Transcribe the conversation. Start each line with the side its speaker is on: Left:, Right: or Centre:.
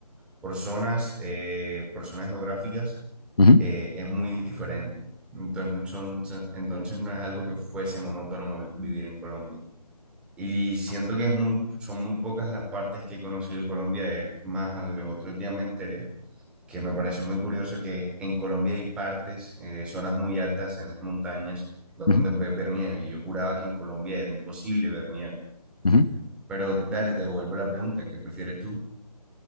Centre: por zonas, eh, por zonas geográficas
Left: Ujú,
Centre: eh, es muy diferente. Entonces, son- entonces no es algo que fuese monótono vi- vivir en Colombia. Y siento que es muy, son muy pocas las partes que he conocido de Colombia, es más, los otros días me enteré que me pareció muy curioso que en Colombia hay partes, eh, zonas muy altas en las montañas donde
Left: ujú,
Centre: puedes ver nieve. Y yo juraba que en Colombia era imposible ver nieve.
Left: ujú.
Centre: Pero dale, te devuelvo la pregunta, ¿qué prefieres tú?